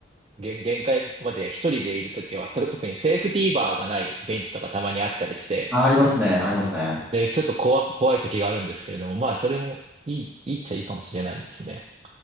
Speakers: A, on the right; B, in the centre.
A: 限、限界まで一人でいるときは、と特にセーフティーバーがないベンチとかたまにあったりして、
B: あ、ありますね。ありますね。
A: で、ちょっと怖、怖いときがあるんですけれども、まあ、それもいい、いいっちゃいいかもしれないですね。